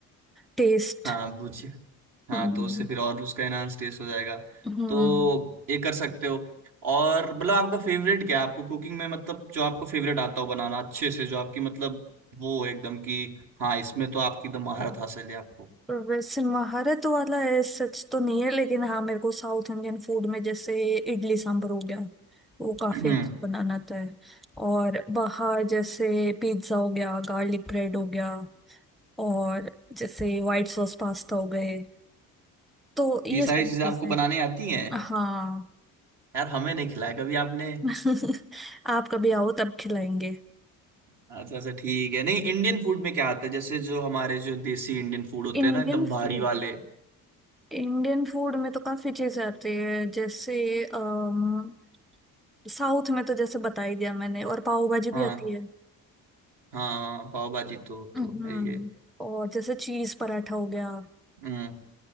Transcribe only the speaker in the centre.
टेस्ट
हम्म
हम्म
वैसे महारत वाला है सच तो नहीं है लेकिन हाँ मेरे को साउथ इंडियन फूड में जैसे इडली सांभर हो गया वो काफी
अच्छा बनाना आता है और बाहर जैसे पिज्जा हो गया गार्लिक ब्रेड हो गया और जैसे व्हाइट सॉस पास्ता हो गए तो ये
सारी
चीजें
हाँ
<laughs> आप कभी आओ तब खिलाएंगे
इंडियन
फूड
इंडियन फूड में तो काफी चीजें आती है जैसे अम, साउथ में तो जैसे बता ही दिया मैंने और पाव भाजी भी
आती है
हम्म
और जैसे चीज पराठा हो गया